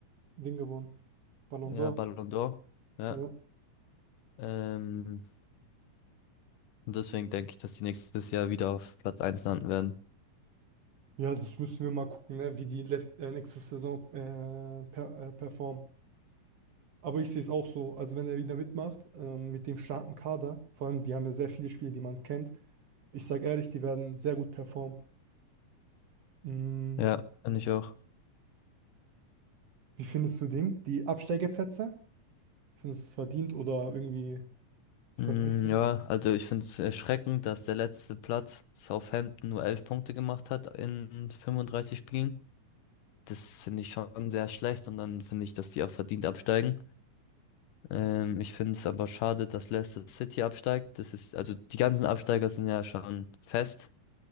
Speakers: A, on the right; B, on the left.
A: Ding gewonnen. Ballon d'Or.
B: Ja, Ballon d'Or. Ja.
A: Ja.
B: Ähm, und deswegen denke ich, dass die nächstes Jahr wieder auf Platz eins landen werden.
A: Ja, das müssen wir mal gucken, ne, wie die let- äh, nächste Saison äh, per äh, performen. Aber ich sehe es auch so. Also wenn er wieder mitmacht, ähm, mit dem starken Kader, vor allem die haben ja sehr viele Spiele, die man kennt. Ich sage ehrlich, die werden sehr gut performen. Mm,
B: Ja, finde ich auch.
A: wie findest du Ding? Die Absteigerplätze? Findest du es verdient oder irgendwie verblüffend?
B: Mm, ja, also ich finde es erschreckend, dass der letzte Platz Southampton nur elf Punkte gemacht hat in 35 Spielen. Das finde ich schon sehr schlecht und dann finde ich, dass die auch verdient absteigen. Ähm, ich finde es aber schade, dass Leicester City absteigt. Das ist, also die ganzen Absteiger sind ja schon fest.